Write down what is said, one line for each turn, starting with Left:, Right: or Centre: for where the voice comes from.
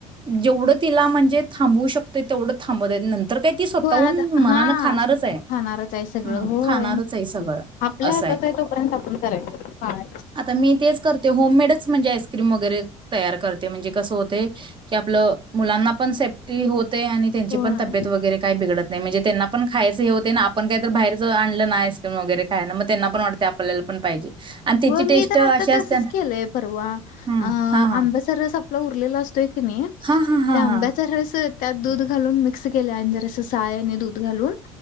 Right: जेवड तिला म्हणजे थांबू शकतय तेवड थांबवता येत नंतर काय ती स्वतःहून
Left: हो आता हा
Right: मनानं खाणारच आहे.
Left: खाणारच आहे सगळं
Right: हा
Left: होय,
Right: खाणारच आहे सगळं
Left: आपल्या
Right: असं
Left: हातात आहे तोपर्यंत आपण करायच पाळा
Right: आता मी तेच करते, होममेडच म्हणजे आईस्क्रीम वगैरे तयार करते, म्हणजे कसं होतय की आपलं मुलांना पण सेफ्टी होत आणि त्यांची
Left: होय
Right: पण तब्येत वगैरे काही बिघडत नाही म्हणजे त्यांना पण खायचं हे होते ना आपण काही तर बाहेर. आणलं ना आईस्क्रीम, वगैरे काय ना मग त्यांना पण वाटते आपल्याला पण पाहिजे. आणि त्याची
Left: हो
Right: टेस्ट
Left: मी तर
Right: अशी
Left: आता
Right: असते
Left: तसच
Right: ना
Left: केलंय परवा
Right: हं,
Left: अ
Right: हा हा
Left: आंब्या चा रस आपला उरलेला असतोय की नाही
Right: हा हा हा
Left: तर आंब्याचरस
Right: हा
Left: त्यात दूध घालून मिक्स केले अ जरसं सायने दूध घालून